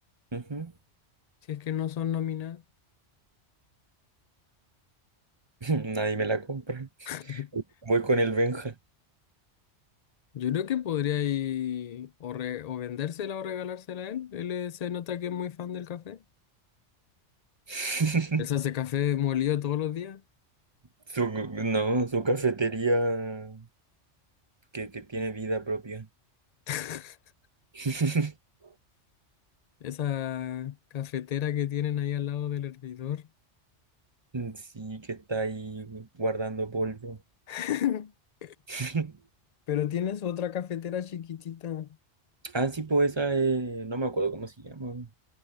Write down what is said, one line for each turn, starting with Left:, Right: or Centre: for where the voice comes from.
Right: Ujú.
Left: Si es que no son nominadas.
Right: <laughs> Nadie me la compra.
Left: <laughs>
Right: Voy con el Benja.
Left: Yo creo que podría ir o, re- o vendérsela o regalársela a él. Él eh, se nota que es muy fan del café.
Right: <laughs>
Left: Él se hace café molido todos los días.
Right: Su, no, su cafetería. que, que tiene vida propia.
Left: <laughs>
Right: <laughs>
Left: Esa cafetera que tienen ahí al lado del hervidor.
Right: Sí, que está ahí guardando polvo.
Left: <laughs>
Right: <laughs>
Left: Pero tienes otra cafetera chiquitita.
Right: Ah, sí, pues esa es- no me acuerdo cómo se llama,